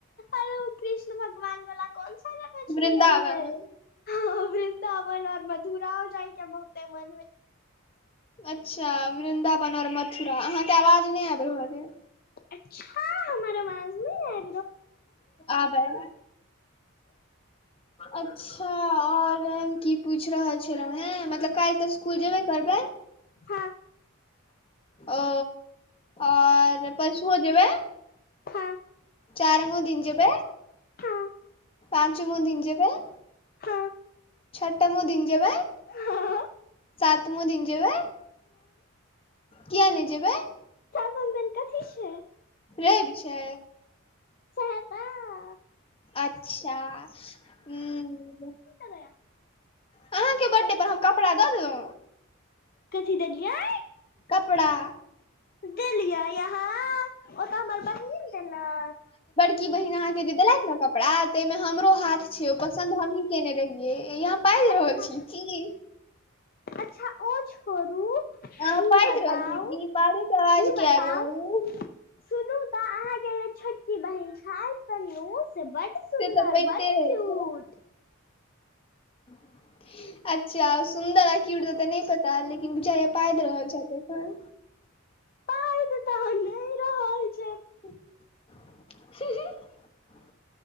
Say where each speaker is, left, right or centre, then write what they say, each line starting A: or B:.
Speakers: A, on the left (about 45°); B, on the left (about 25°).
A: अरे ओ कृष्ण भगवान वला कोन सा लागल छैलै
B: वृन्दावन
A: ये यै ह वृन्दावन और मधुरा जाइके बहुतेै मन हो
B: अच्छा वृन्दावन आर मथुरा अहाँके आवाज नहि आबि रहल यै।
A: अच्छा हमर आवाज नहि आय।
B: आब ऐल अच्छा आर हम की पूछ रहल छै। मतलब काइल तऽ
A: आयत
B: स्कुल जेबे करबै।
A: हँ।
B: ओ आर परशुऔ जेबै।
A: हँ
B: चारिमो दिन जेब।
A: हँ
B: पांचमो दिन जेबै।
A: हँ।
B: छटमो दिन जेबै।
A: हँ।
B: सातमो दिन जेबै। कियै नहि जेबै।
A: सातम दिन कथि छैय।
B: रेइब छै।
A: सैह तऽ
B: अच्छा ह। ऊ ऊ
A: बया। <unintelligible>
B: अहाँके बर्थडे पर हम कपड़ा द दैलौ
A: कथी देलियै।
B: कपड़ा।
A: दैलियै यहाँ ओतऽ हमर बहीन लेलक।
B: कि बहिन अहा जे देलैथ न कपड़ा तैय में हमरो हाथ छैय ओ पसंद हमहि केने रहिये एई हम बाजि
A: अच्छा
B: रहल छी की?
A: अच्छा ओ छोड़ू। ई
B: अहाँ बाजि
A: बताउ
B: रहल छिअइ की? बाजै आवाज
A: ई
B: की
A: बताउ
B: आबि रहल ऐ।
A: सुनू त अहाँके जे छोटकी बहिन छथि तन्नू से बड्ड सुन्दर
B: से तऽ पाइते
A: बड्ड
B: रहै
A: क्यूट।
B: छथि <inaudible> अच्छा ओ सुंन्दर आ क्यूट द त नै पता लेकिन बुझाइया पाजि रहल छथि एखन
A: आओर बता नै रहल छै।
B: ह।